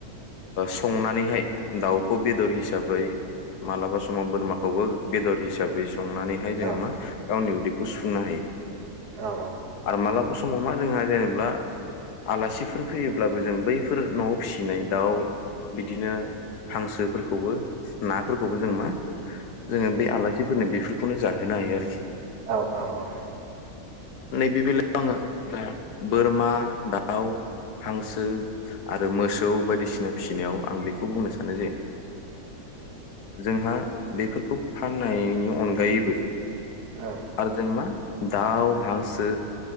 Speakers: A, on the left (about 85°); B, on the right (about 85°).
A: संनानैहाय दाउ खौ बेदर हिसाबै मालाबा समाव बोरमाखौबो बेदर हिसाबै संनानैहाय जोंङो
B: औ
A: मा गावनि उदै बे खौ सुफुंनो हायो
B: औ
A: आरो मालाबा समाव मा जोंहा जेनेबा आलासिफोर फैयोब्लाबो जों बैफोर न'आव फिसिनाय दाउ बिदिनो हांसोफोरखौबो नाफोरखौबो जों मा जोंङो बे आलासि फोरनो बेफोरखौनो जा होनो हायो आरोखि
B: औ औ औ
A: बे बेलायाव आंङो दा बोरमा दाउ हांसो आरो मोसौ बायदिसिना फिसिनायाव आं बेखौ बुंनो सानो जे जोंहा बेफोरखौ फाननायनि अनगायैबो
B: औ
A: आरो जों मा दाउ हांसो